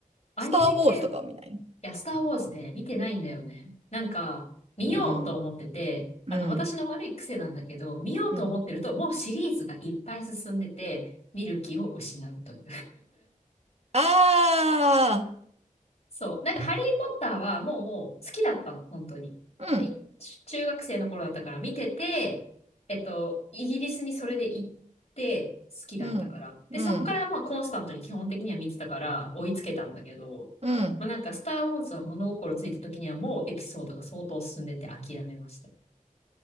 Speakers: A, on the left (about 50°); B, on the right (about 45°).
A: アニメ系、
B: スター・ウォーズとかは見ないの
A: いや、スターウォーズで見てないんだよね。なんか、見ようと思ってて、
B: うん。うん。
A: あの、私の悪い癖なんだけど、見ようと思ってると、
B: うん。
A: もうシリーズがいっぱい進んでて、見る気を失うという。
B: あ
A: そう。なんか、ハリー・ポッターはもう好きだったの、本当に。
B: あ、うん。
A: で、い中学生の頃だったから見てて、えっと、イギリスにそれで行って好きだったから。
B: うん。
A: で、
B: うん。
A: そっからまあコンスタントに基本的には見てたから追いつけたんだけど、
B: うん。
A: まあなんか、スター・ウォーズは物心ついた時にはもうエピソードが相当進んでて諦めました。